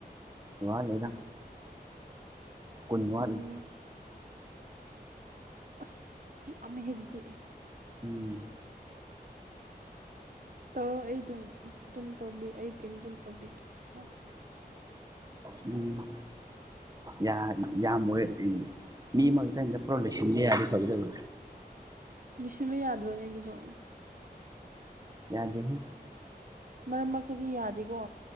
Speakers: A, on the right (about 20°); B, on the right (about 60°).
A: ꯋꯥꯠꯂꯤꯗ ꯀꯨꯟ ꯋꯥꯠꯂꯤ
B: ꯎꯝ ꯑꯁ ꯌꯥꯝꯃꯤꯍꯦ ꯑꯗꯨꯗꯤ
A: ꯎꯝ
B: ꯇꯧꯔꯣ ꯑꯩ ꯗꯨꯝ ꯗꯨꯝ ꯇꯧꯕꯤ ꯑꯩ ꯀꯩꯅꯣ ꯗꯨꯝ ꯇꯧꯕꯤꯒꯦ ꯁꯕꯥꯁ
A: ꯎꯝ ꯌꯥ ꯌꯥꯝꯃꯣꯏꯌꯦ ꯃꯤꯃꯛꯇꯝ ꯄ꯭ꯔꯣꯗꯁꯟꯕ ꯌꯥꯗꯤ ꯐꯒꯗꯕ
B: ꯂꯨꯁꯤꯟꯕ ꯌꯥꯗ꯭ꯔꯣꯅꯦ ꯑꯗꯨꯁꯨ
A: ꯌꯥꯗꯦꯍꯦ
B: ꯃꯔꯛ ꯃꯔꯛꯇꯗꯤ ꯌꯥꯗꯦꯀꯣ